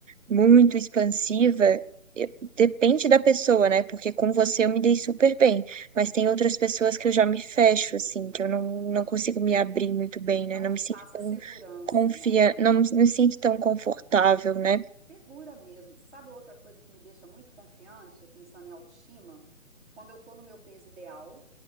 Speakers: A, on the right; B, in the centre.
A: muito expansiva, eu- depende da pessoa, né? Porque com você eu me dei super bem, mas tem outras pessoas que eu já me fecho, assim, que eu não, não consigo me abrir muito bem, né?
B: Não
A: Não
B: te
A: me
B: passa
A: sinto tão
B: segurança,
A: confia,
B: né?
A: não me me sinto tão confortável, né?
B: Segura mesmo. Sabe outra coisa que me deixa muito confiante, pensando em autoestima? Quando eu tô no meu peso ideal